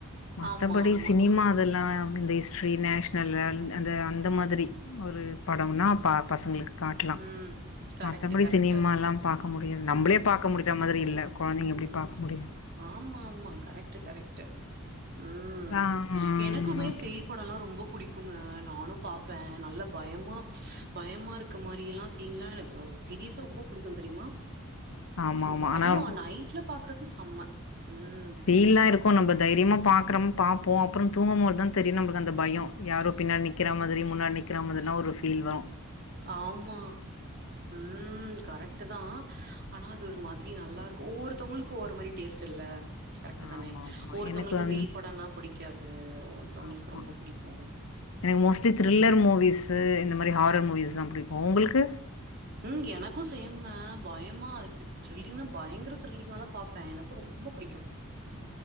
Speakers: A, on the left; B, on the right.
A: மத்தபடி
B: ஆமா ஆமா
A: சினிமா அதெல்லா இந்த ஹிஸ்ட்ரி, நேஷ்னல்ல அல் அந்த அந்த மாதிரி ஒரு படம்னா அப்ப பசங்களுக்கு காட்லா
B: ம் கரெக்ட்
A: மத்தபடி
B: கரெக்ட்
A: சினிமா எல்லா பாக் முடியு நம்பலே பாக்க முடிஞ்ச மாதிரி இல்ல கொழந்திங் எப்டி பாக்க முடியு
B: ஆமா ஆமா கரெக்ட்டு கரெக்ட்டு ம்
A: ஆ
B: எனக்குமே
A: ஓகே
B: பேய் படல்லா ரொம்போ புடிக்குங்க நானு பாப்பே நல்ல பயமா பயமா இருக்க மாரி எல்லா சீன்லா என க்கு சீரியஸா ரொம்போ பிடிக்கு தெரியுமா
A: ஆமா
B: இப்ப
A: ஆமா
B: அதுவு
A: ஆனா
B: நைட்ல பாக்குறது சம்ம ம்
A: ல்லா இருக்கு நம்ப தைரியமா பாக்குறம் பாப்போ அப்புறந் தூங்கும்மோத்தா தெரியு நம்ப்ளுக் அந்த பயோ யாரோ பின்னாட் நிக்கிற மாதிரியும் முன்னாட் நிக்கிற மாதிரிலா ஒரு ஃபீல் வரு
B: ஆமா ம் கரெக் ட்டுதா ஆனா அது ஒரு மாதிரி நல்லா இருக்கு ஒவ்வொருத்தவ்ங்களுக்கு ஒவ்வொரு மாரி டேஸ்டில்ல கரெக்ட்டு தானே
A: ஆமா ஆமா
B: ஒருத்தவங்களுக்கு
A: எனக்கு வந்
B: பேய் படன்னா பிடிக்காது ஒருத்தவங்களுக்கு
A: ஆமா
B: ரொம்போ பிடிக்கு
A: எனக்கு மோஸ்ட்லி த்ரில்லர் மூவிஸு இந்த மாரி ஹாரர் மூவிஸ் தா புடிக்கு உங்களுக்கு
B: ம் எனக்கு சேம்ங்க பயமா இத் த்ரில்லிங்கா பயங்கர த்ரில்லிங்காலா பாப்பே எனக்கு ரொம்போ புடிக்கு